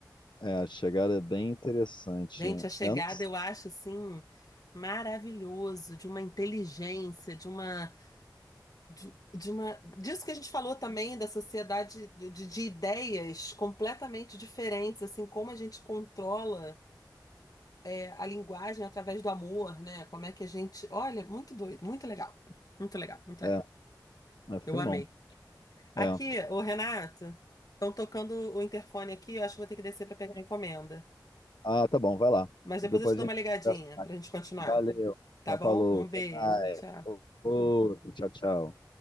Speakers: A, on the left; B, on the left.
A: É, a chegada é bem interessante.
B: Gente,
A: É,
B: A Chegada
A: Eu não... s-
B: eu acho assim maravilhoso, de uma inteligência, de uma, de, de uma, disso que a gente falou também da sociedade de, de de ideias completamente diferentes, assim, como a gente controla é, a linguagem através do amor, né? Como é que a gente. Olha, muito doido, muito legal. Muito legal, muito legal.
A: É, é filmão.
B: Eu amei. Aqui,
A: É.
B: ô Renato, estão tocando o interfone aqui, eu acho que vou ter que descer para pegar a encomenda.
A: Ah, tá bom, vai lá.
B: Mas depois
A: Depois
B: eu te dou
A: a gente
B: uma ligadinha
A: conversa.
B: pra gente continuar,
A: Valeu.
B: tá
A: Tá,
B: bom?
A: falou.
B: Um
A: Até
B: beijo,
A: mais.
B: tchau.
A: Outro. Tchau, tchau.